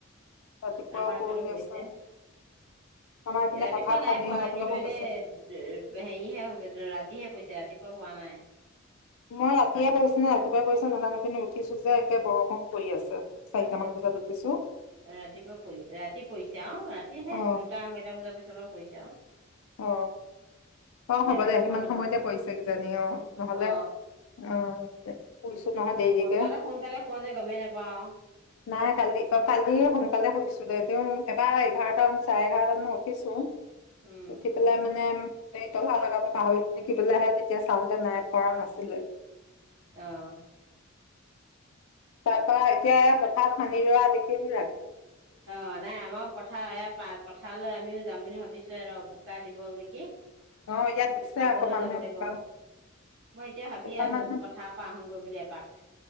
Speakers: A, on the left (about 85°); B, on the right (about 65°).
A: ৰাতিপুৱাও
B: আমাৰ এফালেও
A: পৰি
B: পৰিছে
A: আছে। আমাৰ এইপিনে
B: ৰাতিপুৱা
A: পথাৰত
B: নাই
A: পানী
B: পোৱা
A: অলপ অলপ
B: কিন্তু
A: হৈ
B: এনে
A: গৈছে
B: হেৰিহে হৈছে ৰাতিহে পৰিছে ৰাতি। পোৱা পৱা নাই
A: মই ৰাতিয়ে পৰিছো নাই ৰাতিপুৱাই পৰিছে নাজানো কিন্তু উঠিছো যে একে বৰষুণ পৰি আছে চাৰিটামান বজাত
B: অ
A: উঠিছো
B: ৰাতিপুৱা পৰি ৰাতি পৰিছে অ ৰাতিহে
A: অ
B: দুটা আঢৈটা বজাৰ পিছৰপা পৰিছে আও
A: অ অ হ'ব
B: ৰাতিপুৱা
A: দে
B: সময়ত
A: সিমান
B: নহয়
A: সময়তে পৰিছে কিজানি অ নহলে
B: অ
A: অহ শুইছো নহয়
B: তহঁতে
A: দেৰিকে
B: সোনকালে শুৱ যে গমেই নাপাওঁ
A: নাই কালি অ কালি সোনকালে শুইছিলে দেই এবাৰ এঘাৰটামান চাৰে এঘাৰটান মানত উঠিছো
B: উম
A: উঠি পেলাই মানে এই তলা লগাব পাহৰিলো নেকি ভিতলৈ আহে তেতিয়া চাওঁতে নাই পৰা নাছিলে
B: অহ
A: তাৰপা এতিয়া এ পথাৰত পানী ৰোৱা দেখিছিলে
B: অ নাই আমাৰো পথাৰ এ পথাৰলৈ আমিও যাম বুলি ভাবিছো ৱে ৰ বোকা দিব নেকি
A: অহ ইয়াত দিছে
B: চাবলৈ
A: অকমান
B: যাব
A: সেইটো
B: লাগিব
A: কাৰণে
B: মই এতিয়া ভাবিয়ে
A: বোকা
B: আছো
A: মানে
B: পথাৰৰ পৰা আহোগৈ বুলি এপাক